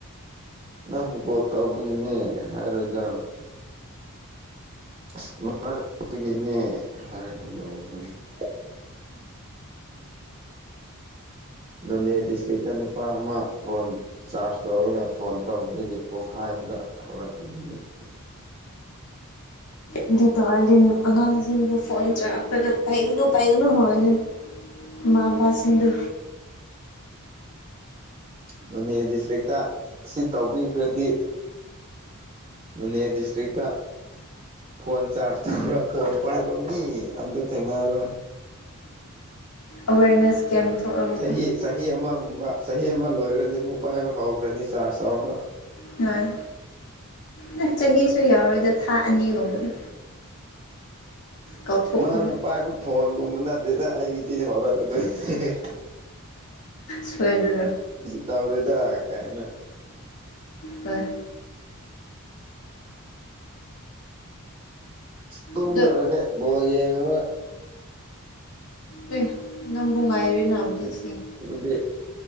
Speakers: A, on the right; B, on the left.
A: ꯅꯪꯕꯨ ꯀꯣꯜ ꯇꯧꯕꯒꯤꯅꯦ ꯍꯥꯏꯔꯣꯏꯗ <unintelligible> ꯅꯣꯅꯦ ꯗꯤꯁꯇ꯭ꯔꯤꯛ ꯇ ꯅꯨꯄꯥ ꯑꯃ ꯐꯣꯟ ꯆꯥꯔꯖ ꯇꯧꯔꯒ ꯐꯣꯟ ꯇꯧꯕꯗꯒꯤ ꯄꯣꯛꯈꯥꯏꯕꯗ ꯍꯧꯔꯛꯅꯤꯁꯇꯣ
B: ꯑꯗꯨ ꯇꯧꯔꯗꯤ ꯑꯉꯥꯡꯁꯤꯡꯕꯨ ꯐꯣꯟ <unintelligible> ꯄꯥꯏꯒꯅꯨ ꯄꯥꯏꯒꯅꯨ ꯍꯥꯏꯒꯅꯤ ꯃꯥꯕꯥꯥ ꯁꯤꯡꯗꯨ
A: ꯅꯣꯅꯦ ꯗꯤꯁꯇ꯭ꯔꯤꯛꯇ ꯑꯁꯤ ꯇꯧꯕꯤꯈ꯭ꯔꯗꯤ ꯅꯣꯅꯦ ꯗꯤꯁꯇ꯭ꯔꯤꯛꯇ ꯐꯣꯟ ꯆꯥꯔꯖ ꯇꯧꯔ ꯐꯣꯟ ꯄꯥꯏꯕ ꯃꯤ ꯑꯝꯇ ꯊꯦꯡꯅꯔꯔꯣꯏ
B: ꯑꯋꯦꯔꯅꯦꯁ ꯀꯦꯝ ꯊꯣꯛꯔꯒꯀꯣ
A: ꯆꯍꯤ ꯆꯍꯤ ꯑꯃꯒꯨꯝꯕ ꯆꯍꯤ ꯑꯃ ꯂꯣꯏꯈ꯭ꯔꯗꯤ ꯑꯃꯨꯛ ꯄꯥꯏꯕ ꯍꯧꯈ꯭ꯔꯅꯤ ꯆꯥꯔꯖ ꯇꯧꯔꯒ
B: ꯍꯣꯏ ꯅ ꯆꯍꯤꯁꯨ ꯌꯥꯎꯔꯣꯏꯗ ꯊꯥ ꯑꯅꯤꯒꯨꯝꯕꯗ ꯀꯥꯎꯊꯣꯛꯀꯅꯤ
A: ꯃꯥꯅ ꯄꯥꯏꯕ ꯐꯣꯟꯒꯨꯝꯕ ꯅꯠꯇꯦꯅ ꯑꯩꯒꯤꯗꯤ ꯍꯧꯔꯛꯀꯗꯣꯏꯅꯤ
B: ꯁꯣꯏꯔꯔꯣ
A: ꯗꯩꯔꯣꯗ ꯀꯥꯏꯅ
B: ꯇꯥꯏ
A: ꯇꯨꯝꯈ꯭ꯔꯒꯦ
B: ꯑꯗꯣ
A: ꯕꯣꯂ ꯌꯦꯔꯣꯏ
B: ꯑꯦ ꯅꯪꯕꯨ ꯉꯥꯏꯔꯤꯅ ꯃꯤꯁꯤꯡ
A: ꯗꯤ